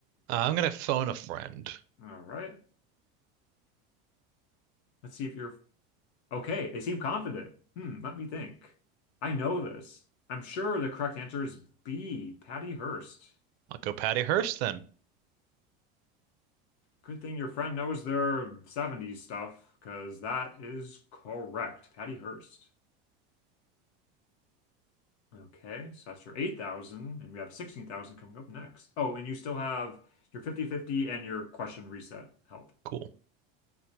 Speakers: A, on the right; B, on the left.
A: Uh, I'm gonna phone a friend.
B: All right. Let's see if you're Okay, they seem confident. Hmm, let me think. I know this. I'm sure the correct answer is B, Patty Hearst.
A: I'll go Patty Hearst then.
B: Good thing your friend knows their 70s stuff, because that is correct. Patty Hearst. Okay, so that's your 8,000, and we have 16,000 coming up next. Oh, and you still have your fifty-fifty and your question reset help.
A: Cool.